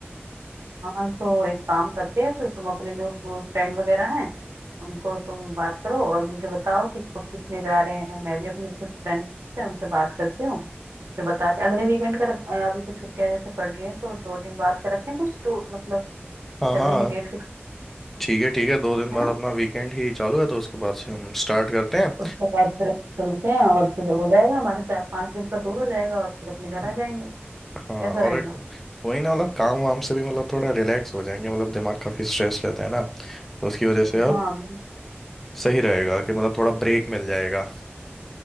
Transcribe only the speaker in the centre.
हाँ
हाँ
ठीक है ठीक है दो दिन
बाद
अपना वीकेंड ही चालू है तो उसके बाद से हम स्टार्ट करते हैं
हम्म।
हाँ
और एक वही ना मतलब काम वाम से भी मतलब थोड़ा रिलैक्स हो जाएंगे मतलब दिमाग काफी स्ट्रेस रहता है ना तो उसकी वजह से अब
सही रहेगा कि मतलब थोड़ा ब्रेक मिल जाएगा